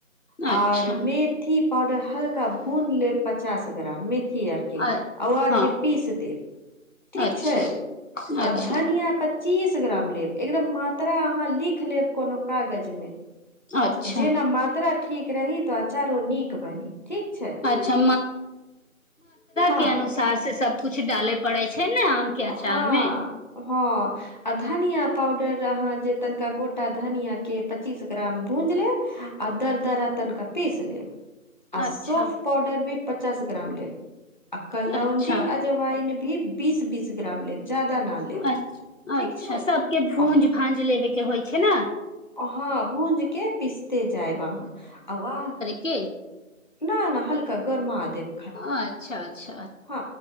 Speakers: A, on the left (about 65°); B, on the left (about 35°).
A: अच्छा
B: और मेथी पाउडर हल्का भून लेब पचास ग्राम मेथी आर के
A: अ
B: और आ
A: हँ
B: के पीस देब ठीक
A: अच्छा
B: छै आ
A: अच्छा
B: धनिया पच्चीस ग्राम लेब एकदम मात्र तकरा अहाँ लिख लेब कोनो कागज मे
A: अच्छा
B: जेना मात्रा ठीक रही तऽ अचारो नीक बनी ठीक छै
A: <unintelligible> मात्रा
B: हँ
A: के अनुसार से सबकुछु डाले पड़े छै ने के अचार
B: हँ
A: मे
B: <inaudible> है आ धनिया पाउडर अहाँ जे तनिका गोटा धनिय के पच्चीस ग्राम भूजि लेब आ दर दर तनिका पीस लेब आ
A: अच्छा
B: सोफ पाउडर भी पचास ग्राम लेब आ कलौनजी
A: अच्छा
B: आ जवाइन भी बीस बीस ग्राम लेब ज्यादा ना लेब
A: अच्छा
B: ठीक
A: अच्छा
B: छै
A: सबके भूज
B: आ
A: भाँज लेबे के होइ छै न
B: अहाँ भूज के पिसते जायब अहाँ वा
A: कि
B: न न हल्का गरमा देव
A: अच्छा अच्छा
B: हँ